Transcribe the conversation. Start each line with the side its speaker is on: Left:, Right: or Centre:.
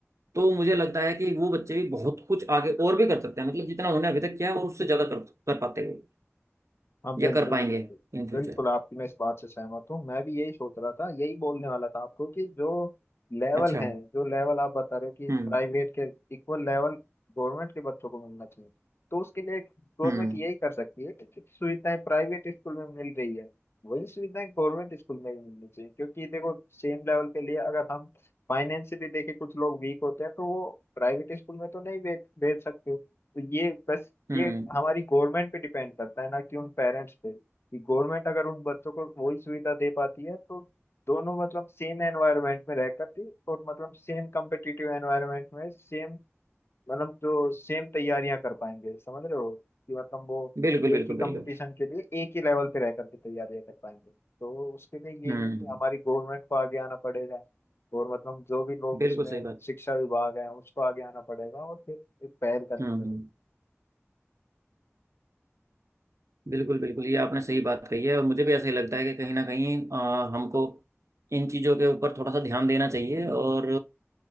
Right: तो मुझे लगता है कि वो बच्चे भी बहुत कुछ आगे और भी कर सकते हैं मतलब जितना उन्होंने अभी तक किया है वो उससे ज़्यादा कर कर पाते हैं
Left: हाँ बिल्कुल
Right: या कर पाएंगे
Left: बिल्कुल
Right: इन फ्यूचर
Left: बिल्कुल आपकी मैं इस बात से सहमत हूँ मैं भी यही सोच रहा था यही बोलने वाला था आपको कि जो लेवल
Right: अच्छा
Left: है जो लेवल आप बता रहे हो कि
Right: हम्म
Left: प्राइवेट के इक्वल लेवल गवर्नमेंट के बच्चों को मिलना चाहिए तो उसके लिए गवर्नमेंट
Right: हम्म
Left: यही कर सकती है कि जो सुविधाएं प्राइवेट स्कूल में मिल रही है वही सुविधाएं गवर्नमेंट स्कूल में भी मिलनी चाहिए क्योंकि देखो सेम लेवल के लिए अगर हम फाइनेंशियली देखें कुछ लोग वीक होते हैं तो वो प्राइवेट स्कूल में तो नहीं भेज भेज सकते तो ये बस
Right: हम्म
Left: ये हमारी गवर्नमेंट पे डिपेंड करता है ना कि उन पेरेंट्स पे कि गवर्नमेंट अगर उन बच्चों को वही सुविधा दे पाती है तो दोनों मतलब सेम एनवायरनमेंट में रह करती और मतलब सेम कम्पिटिटिव एनवायरनमेंट में सेम मतलब जो सेम तैयारियां कर पाएंगे समझ रहे हो कि मतलब वो
Right: बिल्कुल बिल्कुल
Left: एक ही कंपटीशन
Right: बिल्कुल
Left: के लिए एक ही लेवल पे रह करके तैयारियां कर पाएंगे तो उसके लिए
Right: हम्म
Left: यही है कि हमारी गवर्नमेंट को आगे आना पड़ेगा और मतलब जो भी लोग
Right: बिल्कुल
Left: इसमें
Right: सही बात
Left: शिक्षा विभाग है उसको आगे आना पड़ेगा और फिर एक पहल करनी
Right: हम्म
Left: पड़ेगी
Right: हम्म, बिल्कुल बिल्कुल ये आपने सही बात कही है और मुझे भी ऐसा ही लगता है कि कहीं ना कहीं अ, हमको इन चीज़ों के ऊपर थोड़ा सा ध्यान देना चाहिए और